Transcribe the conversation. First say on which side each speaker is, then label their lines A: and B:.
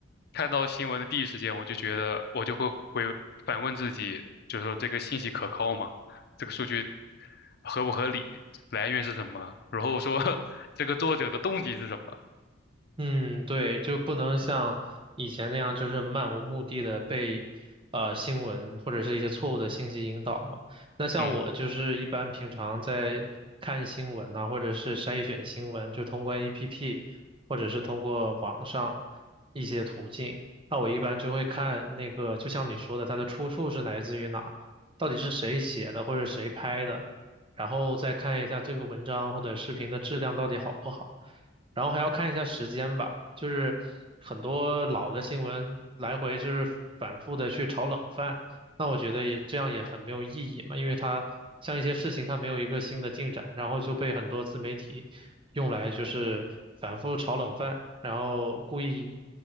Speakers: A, on the left; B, on the right.
A: 看到新闻的第一时间，我就觉得我就会会反问自己，就是说这个信息可靠吗？这个数据合不合理？来源是什么？然后说 <laughs> 这个作者的动机是什么？
B: 嗯，对，就不能像以前那样，就是漫无目的的被呃新闻或者是一些错误的信息引导嘛。那像我就是一般平常在看新闻呐、
A: 嗯
B: 或者是筛选新闻，就通过 APP 或者是通过网上一些途径。那我一般就会看那个，就像你说的，它的出处是来自于哪，到底是谁写的或者谁拍的，然后再看一下这个文章或者视频的质量到底好不好。然后还要看一下时间吧，就是很多老的新闻来回就是反复的去炒冷饭，那我觉得也这样也很没有意义嘛，因为它像一些事情它没有一个新的进展，然后就被很多自媒体用来就是反复炒冷饭，然后故意